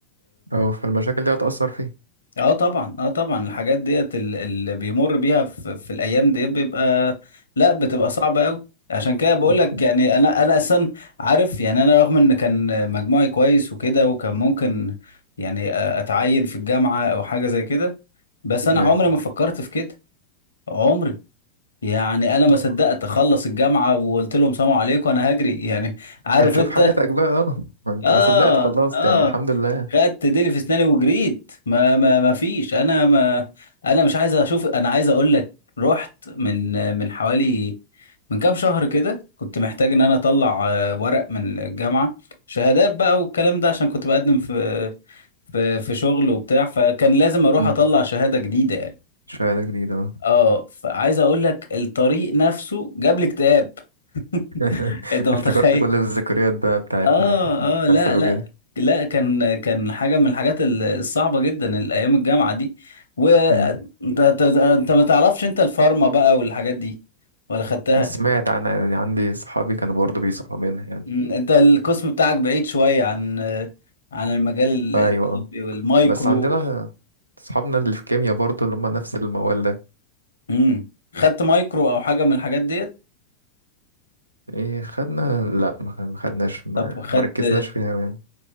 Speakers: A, on the right; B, on the left.
A: اه فالمشاكل دي هتأثر فيه
B: اه طبعا اه طبعا الحاجات ديت ال- اللي بيمر بيها في, في الايام دي بيبقى لا بتبقى صعبه قوي عشان كده بقول
A: مم.
B: لك يعني انا انا اصلا عارف يعني انا رغم ان كان مجموعي كويس وكده وكان ممكن يعني اتعين في الجامعه او حاجه زي كده بس انا
A: ايوه
B: عمري ما فكرت في كده عمري يعني انا ما
A: آه.
B: صدقت اخلص الجامعه وقلت لهم سلام عليكم انا هجري يعني عارف
A: بتشوف
B: انت
A: حياتك بقى اه ما انت
B: اه
A: ما صدقت خلصت
B: اه
A: يعني الحمد لله
B: خدت ديلي في اسناني وجريت ما ما ما فيش انا ما انا مش عايز اشوف انا عايز اقول لك رحت من من حوالي من كام شهر كده كنت محتاج ان انا اطلع آه، ورق من الجامعة شهادات بقى والكلام ده عشان كنت بقدم في في في شغل وبتاع فكان لازم اروح
A: مم.
B: اطلع شهادة جديدة يعني
A: شهادة جديدة اه
B: اه فعايز اقول لك الطريق نفسه جاب لي اكتئاب
A: <laughs>
B: <laughs> انت متخيل
A: افتكرت كل الذكريات بقى بتاعت
B: اه
A: اللي كنت بيحصلوا
B: اه لا لا لا كان كان حاجه من الحاجات ال- الصعبه جدا الايام الجامعه دي وانت
A: كده
B: انت أنت أنت ما تعرفش انت الفارما بقى والحاجات دي ولا خدتها
A: سمعت عنها يعني عندي صحابي كانوا برضه بيصحوا منها يعني
B: مم، انت القسم بتاعك بعيد شويه عن عن المجال ال-
A: ايوه
B: الطبي
A: آه.
B: والمايكرو
A: بس عندنا صحابنا اللي في كيمياء برضه اللي هم نفس الموال ده
B: امم خدت مايكرو او حاجه من الحاجات ديت
A: ايه خدنا لا ما خد- ما خدناش ما
B: طب خدت
A: ما ركزناش فيها أوي يعني